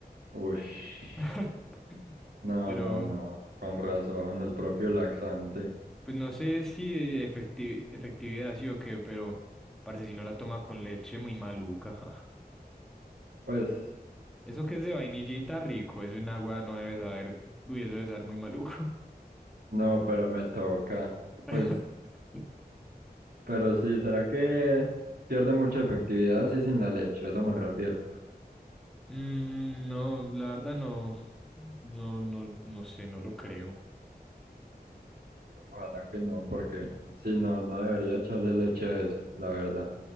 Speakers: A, on the right (about 70°); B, in the centre.
A: Ush,
B: <laughs>
A: no,
B: Pero,
A: no, no, con razón, el propio laxante.
B: pues no sé si de efecti- efectividad sí o qué, pero parce, si no la toma con leche, muy maluca. ja.
A: Pues,
B: Eso que es de vainillita rico, eso en agua no debe saber, uy, eso debe saber muy maluco.
A: no, pero me toca.
B: <laughs>
A: Pues, pero sí, ¿será que pierde mucha efectividad así sin la leche? A eso me refiero.
B: Mm, no, la verdad no, no, no, no sé, no lo creo.
A: Pues, ojalá que no, porque si no, no debería echarle leche a eso, la verdad.